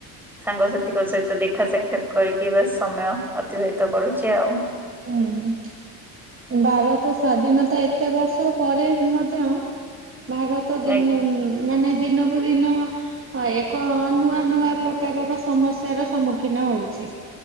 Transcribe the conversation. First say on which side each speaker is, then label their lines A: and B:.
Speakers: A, in the centre; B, on the right (about 30°).
A: ସାଙ୍ଗସଥିଙ୍କ ସହିତ ଦେଖ ଦେଖା ସାକ୍ଷାତ କରିକି ବା ସମୟ। ଅତିବାହିତ କରୁଛି ଆଉ।
B: ହୁଁ ଭାରତ ସ୍ଵାଧୀନତା ଏତେ ବର୍ଷ ପରେ ମଧ୍ୟ ଭାରତ ଦିନି
A: ଆଜ୍ଞା
B: ମାନେ ଦିନକୁ ଦିନ ଅ ଏକ ନୂଆ ନୂଆ ପ୍ରକାରର ସମସ୍ୟାର ସମ୍ମୁଖୀନ ହଉଛି।